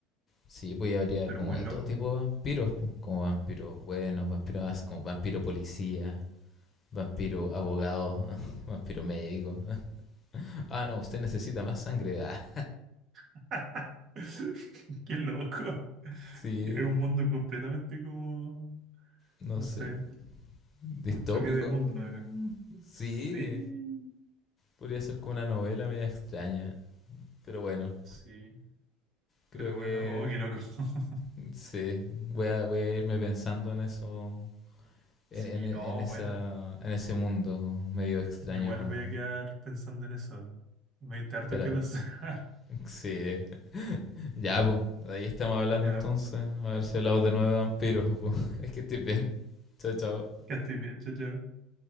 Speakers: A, on the left (about 30°); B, on the right (about 40°).
A: Sí, pues ya habría
B: Pero
A: como
B: muy
A: de
B: loco.
A: todo tipo de vampiros, po, como vampiros buenos, vampiros as- como vampiro policía, vampiro abogado, <laughs> vampiro médico. <laughs> Ah, no, usted necesita más sangre. <laughs> Ah,
B: <laughs> Qué loco.
A: sí,
B: Es un mundo completamente como,
A: no
B: no
A: sé.
B: sé,
A: ¿Distópico?
B: un choque de mundo
A: Mm,
B: acá.
A: Sí,
B: Sí,
A: podría ser como una novela media extraña, pero bueno,
B: sí.
A: creo
B: Pero
A: que
B: bueno, oh, qué loco. <laughs>
A: mm, sí, voy a, voy a irme pensando en eso en,
B: Sí,
A: en-
B: no,
A: en esa,
B: buena.
A: en ese mundo medio extraño.
B: Yo Igual voy a quedar pensando en eso. Me diste harto
A: Para,
B: que pensar.
A: sí, ya, pues, ahí estamos hablando
B: <laughs> Ya,
A: entonces. A ver si hablamos de nuevo de vampiros. po. <laughs> Es que estoy bien. Chao, chao.
B: Que estés bien, chao, chao.